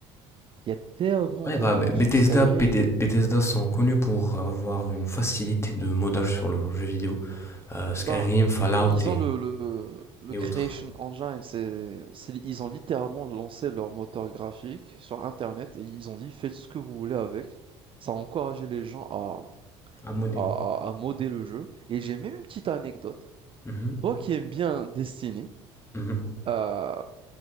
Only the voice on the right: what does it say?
Il y a tellement
de
modes
sur Skyrim.
Bah,
i- ils
ont le, le, le
Creation
Engine, c'est, c'est, ils ont littéralement lancé leur moteur graphique sur Internet et ils ont dit faites ce que vous voulez avec. Ça a encouragé les gens à,
à, à, à modder le jeu. Et j'ai même une petite anecdote.
Toi qui aimes bien Destiny,
euh,